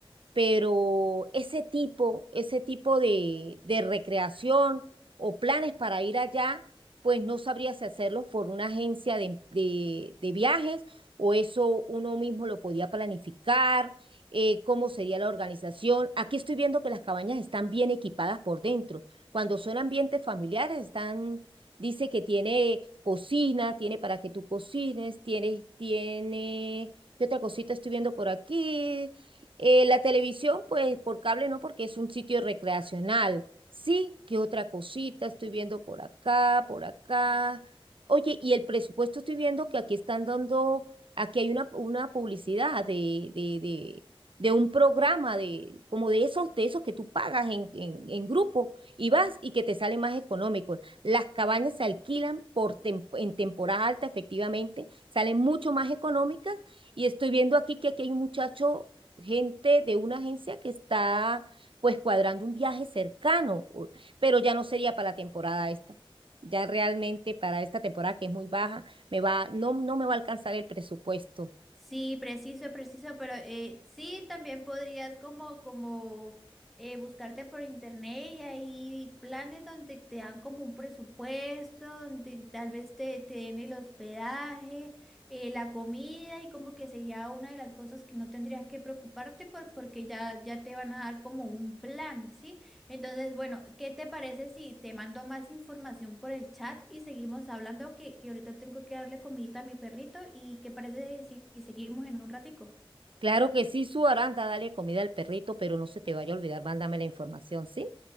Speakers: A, on the right; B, in the centre.
A: pero ese tipo, ese tipo de, de recreación o planes para ir allá, pues no sabría si hacerlos por una agencia de, de- de viajes o eso uno mismo lo podía planificar, eh, cómo sería la organización. Aquí estoy viendo que las cabañas están bien equipadas por dentro. Cuando son ambientes familiares, están... Dice que tiene cocina, tiene para que tú cocines, tiene, tiene, ¿qué otra cosita estoy viendo por aquí? Eh, la televisión, pues por cable no, porque es un sitio recreacional. Sí, ¿qué otra cosita estoy viendo por acá, por acá? Oye, y el presupuesto estoy viendo que aquí están dando, aquí hay una, una publicidad de, de, de, de un programa de, como de esos, de esos que tú pagas en, en, en grupo y vas y que te sale más económico. Las cabañas se alquilan por tem- en temporada alta, efectivamente, salen mucho más económicas. Y estoy viendo aquí que aquí hay un muchacho gente de una agencia que está pues cuadrando un viaje cercano, o- pero ya no sería para la temporada esta. Ya realmente para esta temporada que es muy baja, me va, no, no me va a alcanzar el presupuesto.
B: Sí, preciso, preciso, pero eh, sí, también podrías como, como eh, buscarte por internet y hay planes donde te dan como un presupuesto, donde tal vez te, te den el hospedaje, eh, la comida y como que sería una de las cosas que no tendrías que preocuparte por, porque ya, ya te van a dar como un plan, ¿sí? Entonces, bueno, ¿qué te parece si te mando más información por el chat y seguimos hablando? Que, que ahorita tengo que darle comidita a mi perrito y ¿qué parece si si seguimos en un ratico?
A: Claro que sí, su Aranda, dale comida al perrito, pero no se te vaya a olvidar, mándame la información, ¿sí?